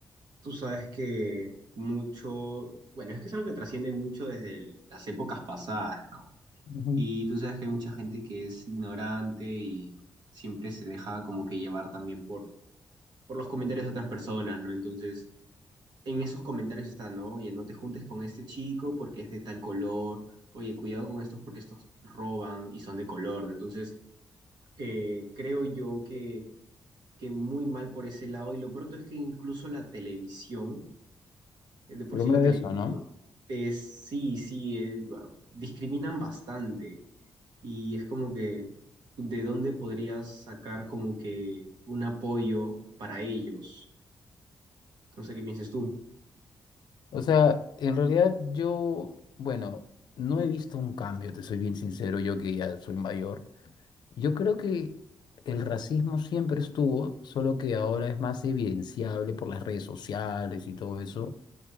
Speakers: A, on the right; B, on the left.
A: tú sabes que mucho, bueno, es que es algo que trasciende mucho desde el- las épocas pasadas, ¿no?
B: Ujú.
A: Y tú sabes que hay mucha gente que es ignorante y siempre se deja como que llevar también por, por los comentarios de otras personas, ¿no? Entonces... en esos comentarios están, ¿no? Oye, no te juntes con este chico porque es de tal color, oye, cuidado con estos porque estos roban y son de color. ¿no? Entonces, eh, creo yo que, que muy mal por ese lado. Y lo pronto es que incluso la televisión, eh, de por
B: Pero
A: sí
B: me
A: la televisión,
B: ves, ¿no?
A: es, sí, sí, eh, ba- discriminan bastante. Y es como que, ¿de dónde podrías sacar como que un apoyo para ellos? No sé qué pienses tú.
B: O sea, en realidad yo, bueno, no he visto un cambio, te soy bien sincero, yo que ya soy mayor. Yo creo que el racismo siempre estuvo, solo que ahora es más evidenciable por las redes sociales y todo eso,